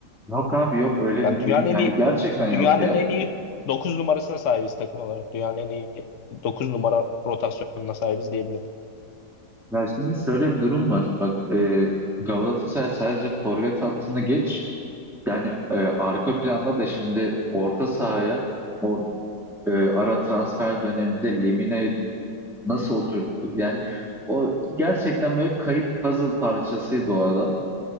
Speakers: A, in the centre; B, on the left.
A: Yok abi yok öyle
B: Ya
A: bir
B: dünyanın
A: dünya
B: en
A: yani
B: iyi
A: gerçekten
B: dünyanın
A: yok ya.
B: en iyi 9 numarasına sahibiz takım olarak. Dünyanın en iyi 9 numara rotasyonuna sahibiz diyebilirim.
A: Ya şimdi şöyle bir durum var. Bak e, Galatasaray sadece forvet hattını geç. Yani e, arka planda da şimdi orta sahaya o e, ara transfer döneminde Lemina'yı nasıl oturttuk? Yani o gerçekten böyle kayıp puzzle parçasıydı o adam.